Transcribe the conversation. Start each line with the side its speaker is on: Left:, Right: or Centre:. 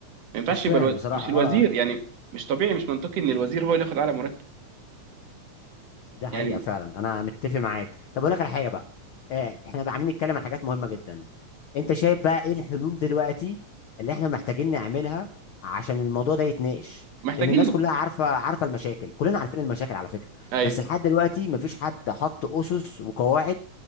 Right: ما ينفعش
Left: مش فاهم
Right: يبقى الو...
Left: بصراحه
Right: مش الوزير
Left: اه آه.
Right: يعني مش طبيعي مش منطقي ان الوزير هو اللي ياخد اعلى مرتب
Left: ده حقيقة
Right: يعني
Left: فعلا أنا متفق معاك طب أقول لك على حاجة بقى آه، إحنا بقى عاملين نتكلم عن حاجات مهمة جدا أنت شايف بقى إيه الحلول دلوقتي اللي إحنا محتاجين نعملها عشان الموضوع ده يتناقش
Right: محتاجين
Left: لأن الناس
Right: نب-
Left: كلها عارفة عارفة المشاكل كلنا عارفين المشاكل على فكرة
Right: ايوه
Left: بس لحد دلوقتي مفيش حد حط أسس وقواعد